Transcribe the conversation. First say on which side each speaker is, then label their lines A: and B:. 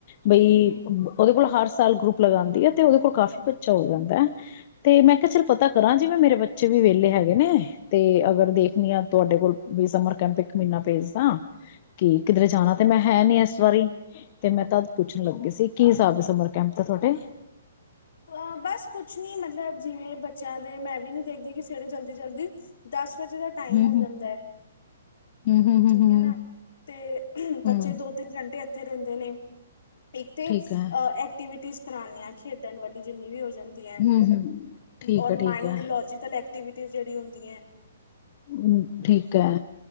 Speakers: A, on the left (about 40°); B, on the left (about 70°).
A: ਬਈ,
B: ਹੂੰ
A: ਉਹਦੇ ਕੋਲ ਹਰ ਸਾਲ ਗਰੁੱਪ ਲਗਾਉਂਦੀ ਹੈ, ਤੇ ਉਹਦੇ ਕੋਲ ਕਾਫ਼ੀ ਬੱਚਾ ਹੋ ਜਾਂਦਾ ਹੈ ਤੇ, ਮੈਂ ਕਿਹਾ ਚੱਲ ਪਤਾ ਕਰਾਂ ਜਿਵੇਂ ਮੇਰੇ ਬੱਚੇ ਵੀ ਵਿਹਲੇ ਹੈਗੇ ਨੇ ਤੇ ਅਗਰ ਦੇਖਣੀ ਆ ਤੁਹਾਡੇ ਕੋਲ ਵੀ ਸਮਰ ਕੈਂਪ ਇੱਕ ਮਹੀਨਾ ਭੇਜਦਾ ਕਿ, ਕਿਧਰੇ ਜਾਣਾ ਤੇ ਮੈਂ ਹੈ ਨੀ ਇਸ ਵਾਰੀ, ਤੇ ਮੈਂ ਤ ਪੁੱਛਣ ਲੱਗੀ ਸੀ ਕੀ ਹਿਸਾਬ ਸਮਰ ਕੈਂਪ ਤੇ ਤੁਹਾਡੇ।
B: ਅ ਬਸ ਕੁਛ ਨੀ ਮਤਲਬ ਜਿਵੇਂ ਬੱਚਿਆਂ ਦੇ ਮੈਂ ਵੀ ਨੀ ਦੇਖਦੀ ਕਿ ਸਵੇਰੇ ਜਲਦੀ ਜਲਦੀ ਦਸ ਦਾ ਟਾਈਮ
A: ਹੂੰ
B: ਹੋ
A: ਹੂੰ
B: ਜਾਂਦਾ ਹੈ,
A: ਹੂੰ ਹੂੰ
B: ਠੀਕ
A: ਹੂੰ ਹੂੰ
B: ਹੈ ਨਾ, ਤੇ ਬੱਚੇ
A: ਹੂੰ
B: ਦੋ ਤਿੰਨ ਘੰਟੇ ੱਥੇ ਰਹਿੰਦੇ ਨੇ ਇੱਕ ਤੇ
A: ਠੀਕ ਹੈ
B: ਐਕਟੀਵ ਕਰਾਉਂ ਹਾਂ ਖੇਡਾਂ <inaudible> ਣ ਵਾਲ ਜਿੰਨੀ ਵੀ ਹੋ <inaudible> ਜਾਂਦੀ ਹੈ
A: ਹੂੰ ਹੂੰ ਠੀਕ
B: ਔਰ
A: ਹੈ ਠੀਕ
B: ਮਾਈਂਡ
A: ਹੈ
B: ਲੋਜਕਲ ਐਕ <inaudible> ਕਿ ਜਿਹੜੀ ਹੁੰਦੀਆਂ ਹੈ
A: ਹਮ ਠੀਕ ਐ।